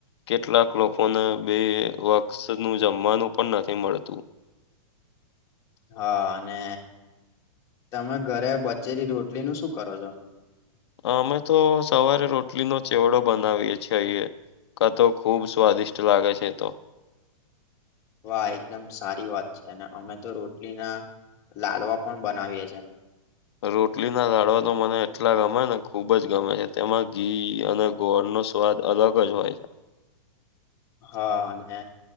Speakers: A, on the left; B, on the left.
A: કેટલાક લોકોને બે વખત નું જમવાનું પણ નથી મળતું.
B: હા અને તમે ઘરે બચેલી રોટલીનું શું કરો છો?
A: અમે તો સવારે રોટલીનો ચેવડો બનાવીએ છીએ અહીએ. કાતો ખૂબ સ્વાદિષ્ટ લાગે છે એતો.
B: વાહ એકદમ સારી વાત છે અને અમે તો રોટલીના લાડવા પણ બનાવીએ છે.
A: રોટલી ના લાડવા તો મને એટલા ગમેને ખુબ જ ગમે છે તેમાં ઘી અને ગોળનો સ્વાદ અલગ જ હોય છે.
B: હા અને